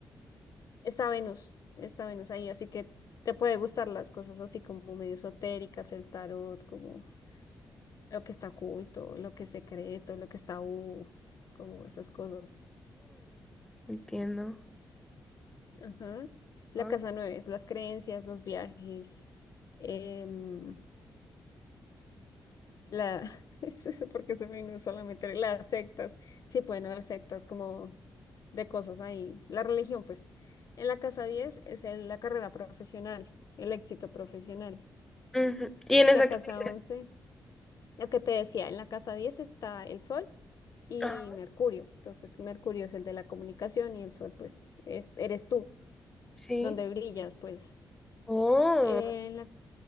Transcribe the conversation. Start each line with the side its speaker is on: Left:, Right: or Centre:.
Left: Está Venus, está Venus ahí, así que te puede gustar las cosas así como medio esotéricas, el tarot, como lo que está oculto, lo que es secreto, lo que está uh, como esas cosas.
Centre: entiendo.
Left: Ajá. La
Centre: Ah,
Left: casa nueve es las creencias, los viajes, em, la... <laughs> es eso porque se me vino solamente las sectas. Sí, pueden haber sectas como de cosas ahí. La religión, pues, en la casa 10 es el- la carrera profesional, el éxito profesional.
Centre: ujú. ¿Y en esa
Left: La casa
Centre: que dice?
Left: 11 lo que te decía, en la casa 10 está el sol y
Centre: Ajá,
Left: Mercurio. Entonces, Mercurio es el de la comunicación y el sol, pues, es, eres tú,
Centre: sí.
Left: donde brillas, pues.
Centre: Oh,
Left: En la,